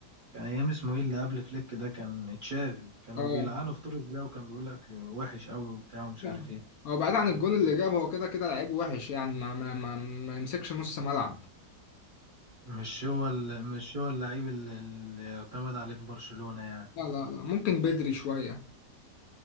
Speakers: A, on the right (about 45°); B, on the left (about 70°).
A: كان ايام اسمه ايه اللي قبل فليك ده كان تشافي كانوا
B: اه
A: بيلعنوا في توريس ده وكان بيقول لك وحش قوي وبتاع ومش
B: لا.
A: عارف ايه
B: هو بعيد عن الجون اللي جابه هو كده كده لعيب وحش يعني ما ما ما, ما يمسكش نص ملعب
A: مش هو ال- مش هو اللعيب اللي اللي يعتمد عليه في برشلونة يعني
B: لا لا لا ممكن بدري شوية